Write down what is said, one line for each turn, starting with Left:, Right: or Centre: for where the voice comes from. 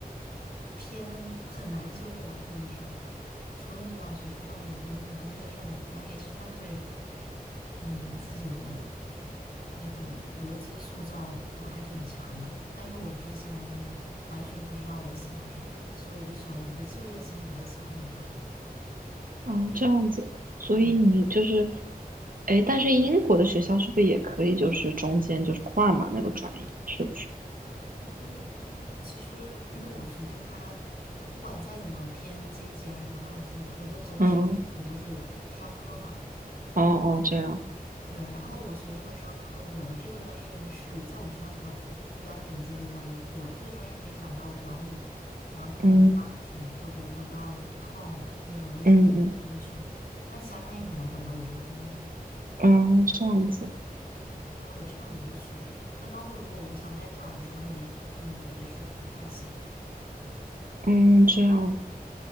Left: 偏很难就业吧，可以说，除了你往学术上面研究很难就业的这种专业，其实它对你自己的那种逻辑塑造都还挺强的。但是我之前完全不知道我喜欢什么，所以我就选了一个就业性比较强的专业。
Right: 哦，这样子，所以你就是，
Left: 嗯。
Right: 哎，但是英国的学校是不是也可以，就是中间就是换嘛那个专业，是不是？
Left: 嗯，其实因为我学的它，不管再怎么偏经济还是会计，我的总体范围都是商科嘛。
Right: 嗯，哦哦，这样，
Left: 对，然后我学这个商科，我的这个专业是在我们学校比较比较顶尖的专业，我这个专业可以转到管理，然后可以转到
Right: 嗯
Left: marketing 或者转到 econ 那种类型的专业去，
Right: 嗯
Left: 但其他专业很难转到我这个专业里来。
Right: 嗯，哦，这样子，
Left: 对，它会有这样的一个区别。那包括如果我想再转传媒，嗯，也是不太行的。
Right: 嗯，这样，